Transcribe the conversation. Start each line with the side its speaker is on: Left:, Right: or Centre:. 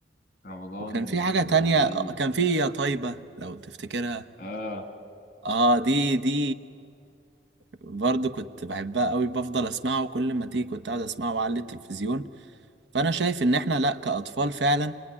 Left: رمضان
Right: وكان في
Left: وال-
Right: حاجة تانية
Left: والعيد
Right: آه، كان في يا طيبة لو تفتكرها
Left: اه
Right: اه دي دي برضو كنت بحبها قوي بفضل اسمعها وكل ما تيجي كنت قاعد اسمعها وأعلي التلفزيون فانا شايف ان احنا لا كاطفال فعلا